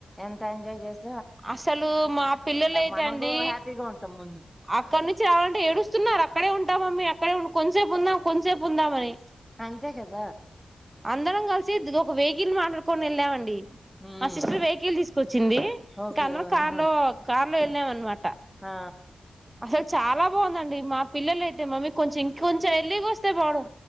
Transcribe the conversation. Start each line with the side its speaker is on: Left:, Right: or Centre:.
Centre: ఎంత ఎంజాయ్ చేస
Right: అసలు మా పిల్లలు అయిత
Centre: మనకు
Right: అండి
Centre: హ్యాపీగా ఉంటాం ముందు
Right: అక్కడ నుంచి రావాలంటే ఏడుస్తున్నారు అక్కడే ఉంటామమీ అ ఇక్కడం కొంసేపు ఉందాం కొంతసేపు ఉందామని
Centre: అంతే కద
Right: అందరం కలిసి ఇ ఒక వెహికల్ మాట్లాడుకొని వెళ్ళామండి
Centre: ఉమ్
Right: మా సిస్టర్ వెహికల్ తీసుకు వచ్చింది
Centre: ఓకే
Right: ఇంకాన
Centre: ఆహా
Right: కాలు కా లో వెళ్ళాం అనమాట
Centre: ఆ
Right: అసలు చాలా బాగుందండి మా పిల్లలు అయితే మమ్మీ కొంచెం ఇంకొంచెం ఎర్లీ గ వస్తే బాడం